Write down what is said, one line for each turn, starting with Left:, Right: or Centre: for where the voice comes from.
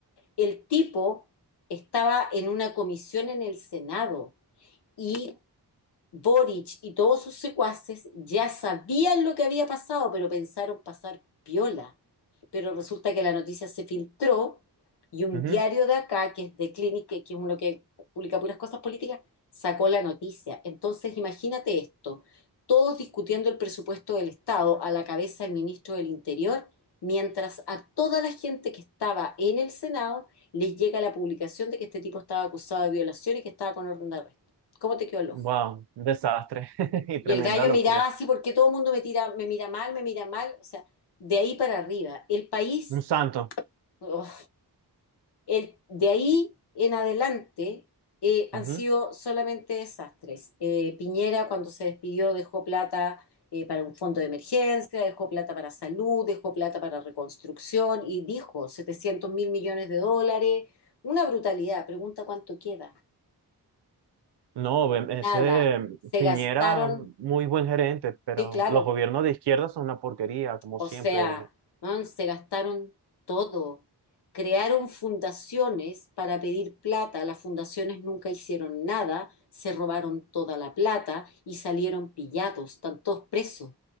Left: El tipo estaba en una comisión en el Senado y Boric y todos sus secuaces ya sabían lo que había pasado, pero pensaron pasar piola. Pero resulta que la noticia se filtró y un
Right: Ujú.
Left: diario de acá, que es de Clinic, que, que es uno que publica puras cosas políticas, sacó la noticia. Entonces, imagínate esto, todos discutiendo el presupuesto del Estado a la cabeza del ministro del Interior, mientras a toda la gente que estaba en el Senado les llega la publicación de que este tipo estaba acusado de violación y que estaba con orden de arresto. ¿Cómo te quedó el ojo?
Right: Wow, un desastre <laughs> y
Left: Y
Right: tremenda
Left: el gallo
Right: locura.
Left: miraba así porque todo el mundo me tira, me mira mal, me mira mal. O sea, de ahí para arriba. El país,
Right: Un santo.
Left: oh, el, de ahí en adelante eh, han
Right: Ujú.
Left: sido solamente desastres. Eh, Piñera cuando se despidió dejó plata eh, para un fondo de emergencia, dejó plata para salud, dejó plata para reconstrucción y dijo setecientos mil millones de dólares. Una brutalidad. Pregunta cuánto queda.
Right: No, ve-
Left: Nada.
Right: ese mm,
Left: Se
Right: Piñera,
Left: gastaron,
Right: mm, muy buen gerente, pero
Left: sí, claro.
Right: los gobiernos de izquierda son una porquería, como
Left: O
Right: siempre.
Left: sea, man, se gastaron todo. Crearon fundaciones para pedir plata, las fundaciones nunca hicieron nada, se robaron toda la plata y salieron pillados, están todos presos.